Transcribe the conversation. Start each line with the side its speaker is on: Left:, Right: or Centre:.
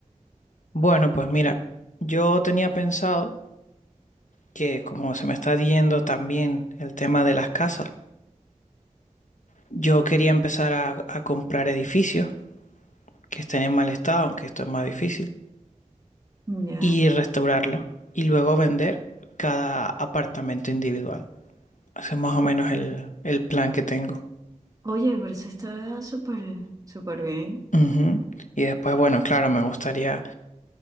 Left: Bueno, pues mira, yo tenía pensado que como se me está yendo también el tema de las casas, yo quería empezar a, a comprar edificios que estén en mal estado, aunque esto es más difícil.
Right: ya.
Left: y restaurarlo y luego vender cada apartamento individual. Ese es más o menos el, el plan que tengo.
Right: Oye, pero eso está súper, súper bien.
Left: Ujú. Y después, bueno, claro, me gustaría